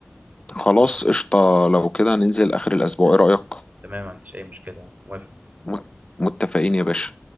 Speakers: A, on the left; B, on the right.
A: خلاص قشطة لو كده ننزل اخر الاسبوع ايه رأيك
B: تمام ما عنديش اي مشكله موافق
A: مت- متفقين يا باشا